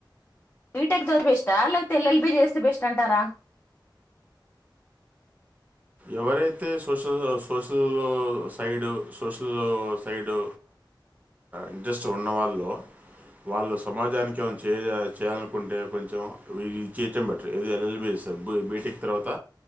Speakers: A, on the left; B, on the right.
A: బీటెక్ దోర బెస్టా లేపో తెల్ల్బి చేస్తే బెస్ట్ అంటారా
B: ఎవరైతే social social side social side interest ఉన్నవాళ్ళు వాళ్ళు సమాజానికి ఏమై చే చేయాలనుకుంటే కొంచెంది చేయటం బెటర్ ఏ ఎల్ఎల్బి స బ బీటికి తర్వాత